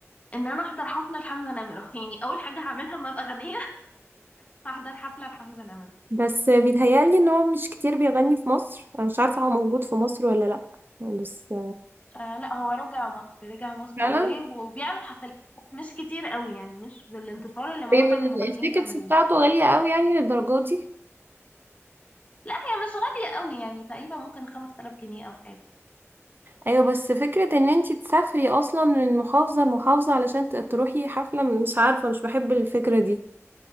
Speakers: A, on the left (about 30°); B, on the right (about 45°).
A: ان انا احضر حفله لحمزه نمره يعني اول حاجه هعملها لما ابقى غنيه <laughs> هحضر حفله لحمزه نمره
B: بس بيتهيألي إن هو مش كتير بيغني في مصر أنا مش عارفة هو موجود في مصر ولا لأ بس
A: أه لا هو رجع مصر رجع مصر
B: فعلا
A: قريب وبيعمل حفلات مش كتير قوي يعني مش بالانتصار اللي معظم
B: طيب ال-
A: المغنيين
B: التيكتس
A: بيعملوه
B: بتاعته غالية قوي يعني للدرجة دي
A: لا هي مش غاليه قوي يعني تقريبا ممكن 5000 جنيه او حاجه
B: ايوه بس فكرة ان انتي تسافري اصلا من محافظة لمحافظة علشان ت- تروحي حفلة مش عارفة مش بحب الفكرة دي